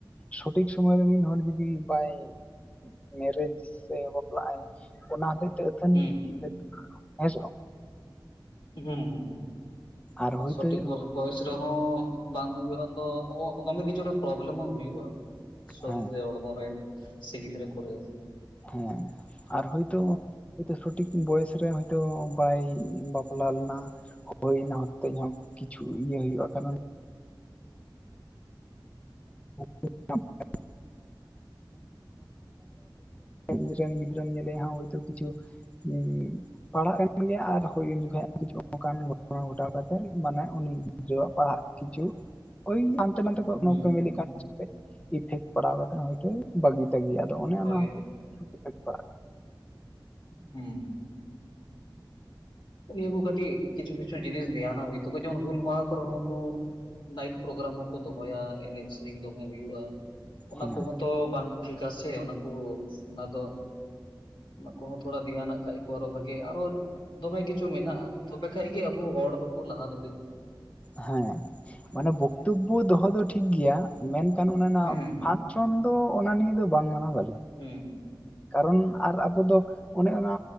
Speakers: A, on the left (about 15°); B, on the left (about 70°).
A: ᱥᱚᱴᱷᱤᱠ ᱥᱚᱢᱚᱭ ᱨᱮ ᱢᱤᱫ ᱦᱚᱲ ᱡᱩᱫᱤ ᱵᱟᱭ ᱢᱮᱨᱮᱡᱽ ᱥᱮ ᱵᱟᱯᱞᱟᱜ ᱟᱭ ᱚᱱᱟ ᱦᱚᱛᱮ <unintelligible>
B: ᱦᱩᱸ
A: ᱦᱮᱸᱥᱮ ᱵᱟᱝ
B: ᱦᱮᱸ ᱦᱮᱸ ᱦᱮᱸ
A: ᱟᱨ ᱦᱳᱭᱛᱳ
B: ᱚᱥᱚᱴᱷᱤᱠ ᱵᱚ ᱵᱚᱭᱚᱥ ᱨᱮᱦᱚ ᱵᱟᱝ ᱦᱩᱭᱩᱜᱼᱟ ᱛᱚ ᱫᱚᱢᱮ ᱠᱤᱪᱷᱩ ᱨᱮ ᱯᱨᱚᱵᱞᱮᱢ ᱦᱚᱸ ᱦᱩᱭᱩᱜᱼᱟ ᱥᱚᱨᱤᱨ
A: ᱦᱮᱸ
B: ᱨᱮ ᱦᱚᱲᱢᱚ ᱨᱮ ᱥᱮ ᱜᱤᱫᱽᱨᱟᱹ ᱠᱚᱨᱮ
A: ᱦᱮᱸ ᱟᱨ ᱦᱚᱭ ᱛᱚ ᱥᱚᱴᱷᱤᱠ ᱵᱚᱭᱮᱥ ᱨᱮ ᱦᱚᱭ ᱛᱚ ᱵᱟᱭ ᱵᱟᱯᱞᱟ <unintelligible> ᱦᱳᱭᱱᱟ ᱦᱳᱭᱱᱟ ᱠᱤᱪᱷᱩ ᱤᱭᱟᱹ ᱦᱩᱭᱩᱜᱼᱟ ᱟᱨ ᱠᱟᱨᱚᱱ <unintelligible> ᱤᱧ ᱨᱮᱱ ᱜᱤᱫᱽᱨᱟᱹᱢ ᱧᱮᱞᱮᱭᱟ ᱦᱚᱭ ᱛᱚ ᱠᱤᱪᱷᱩ ᱩᱸ ᱯᱟᱲᱦᱟᱜ ᱠᱟᱱ ᱜᱮᱭᱟ ᱟᱨ ᱦᱩᱭ ᱩᱱ ᱡᱚᱠᱷᱟᱱ ᱚᱱᱠᱟᱱ ᱜᱷᱚᱴᱚᱱᱟ ᱜᱷᱚᱴᱟᱣ ᱠᱟᱛᱮᱫ ᱢᱟᱱᱮ ᱩᱱᱤ ᱜᱤᱫᱽᱨᱟᱹᱣᱟᱜ ᱯᱟᱲᱦᱟᱜ ᱠᱤᱪᱷᱩ ᱳᱭ ᱚᱱᱟ ᱢᱮᱱᱛᱮ
B: ᱦᱩᱸ
A: ᱚᱱᱟ ᱠᱟᱢᱤ ᱞᱮᱠᱟ ᱤᱯᱷᱮᱠᱴ ᱯᱟᱲᱟᱣ ᱠᱟᱛᱮ ᱦᱚᱭ ᱛᱚ ᱛ ᱵᱟᱹᱜᱤ ᱟᱫᱚ ᱚᱱᱮ
B: ᱦᱳᱭ
A: ᱚᱱᱟ ᱦᱚᱛᱮᱡ ᱛᱮ ᱠᱤᱪᱷᱩ ᱤᱯᱷᱮᱠᱴ ᱯᱟᱲᱟᱜ ᱠᱟᱱᱟ
B: ᱦᱩᱸ ᱱᱤᱭᱟᱹ ᱠᱚ ᱠᱟᱹᱴ ᱠᱤᱪᱷᱩ ᱠᱤᱪᱷᱩ ᱡᱤᱱᱤᱥ ᱫᱭᱟᱱ ᱦᱚ ᱛᱟᱠᱚ ᱡᱮᱢᱚᱱ ᱦᱩᱞ ᱢᱟᱦᱟ ᱠᱚᱨᱮ ᱦᱚᱸ ᱠᱚ ᱱᱟᱭᱤᱴ ᱯᱨᱳᱜᱨᱟᱢ ᱦᱚᱸ ᱠᱚ ᱫᱚᱦᱚᱭᱟ ᱮᱱᱮᱡ ᱥᱮᱨᱮᱧ ᱫᱚᱢᱮ ᱦᱩᱭᱩᱜᱼᱟ ᱚᱱᱟ
A: ᱦᱮᱸ
B: ᱠᱚᱦᱚᱸ ᱛᱚ ᱵᱟᱝ ᱴᱷᱤᱠ ᱟᱥᱮ ᱚᱱᱟ ᱚᱱᱟ ᱫᱚ ᱚᱱᱟ ᱠᱚᱦᱚᱸ ᱛᱷᱚᱲᱟ ᱫᱷᱮᱭᱟᱱᱟᱜ ᱠᱷᱟᱡ ᱠᱚ ᱟᱨᱦᱚ ᱵᱷᱟᱜᱤᱭᱟ ᱟᱨᱦᱚ ᱫᱚᱢᱮ ᱠᱤᱪᱷᱩ ᱢᱮᱱᱟᱜᱼᱟ ᱛᱚᱵᱮ ᱠᱷᱟᱡᱽ ᱜᱮ ᱟᱵᱚ ᱦᱚᱲ ᱫᱚᱠᱚ ᱞᱟᱦᱟ ᱫᱟᱲᱮᱭᱟᱜᱼᱟ
A: ᱦᱮᱸ ᱢᱟᱱᱮ ᱵᱚᱠᱛᱚᱵᱵᱚ ᱫᱚᱦᱚ ᱫᱚ ᱴᱷᱤᱠ ᱜᱮᱭᱟ ᱢᱮᱱ ᱠᱷᱟᱱ ᱚᱱᱮ ᱚᱱᱟ
B: ᱦᱩᱸ
A: ᱯᱷᱟᱪᱪᱚᱱ ᱫᱚ ᱚᱱᱟ ᱱᱤᱭᱮ ᱫᱚ ᱵᱟᱝ ᱢᱟᱱᱟ ᱵᱷᱟᱞᱤᱭᱟ
B: ᱦᱩᱸ
A: ᱠᱟᱨᱚᱱ ᱟᱨ ᱟᱵᱚ ᱫᱚ ᱚᱱᱮ ᱚᱱᱟ